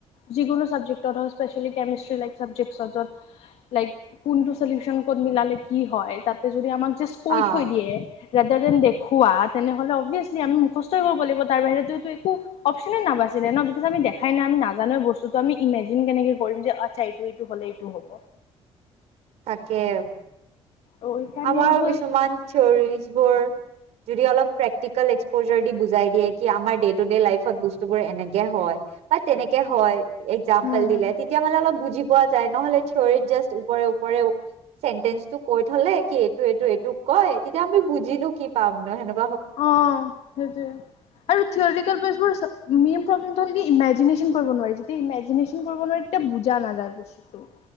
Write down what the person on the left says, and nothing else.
যিকোনো চাবজেক্টত অ' স্পেচিয়েলি কেমিষ্টি লাইক চাবজেক্টত য'ত লাইক কোনটো চলিউচন ক'ত মিলালে কি হয় তাতে যদি আমাক - জাষ্ট কৈ,
থৈ দিয়ে । বেটাৰদেন দেখুৱা তেনেহলে অভিয়াচলি আমি মুখস্থ কৰিব লাগিব তাৰ বাহিৰেতো একো অপচনে নাবাছিলে ন? চা আমি দেখাই নাই আমি নাজানো বস্তুটো আমি ইমেজিন কেনেকে কৰিম যে আচ্ছা এইটো, এইটো হ'লে এইটো হ'ব।
ত' সেইকাৰণে
এইটো
হম হম
অ' সেইটোৱে আৰু থিয়ৰিকেল বেচ বোৰ - মেইন প্ৰব্লেমটো হ'ল কি ইমেজিনেচন কৰিব নোৱাৰি যেতিয়া ইমেজিনেচন কৰিব নোৱাৰি তেতিয়া বুজা নাযায় বস্তুটো ।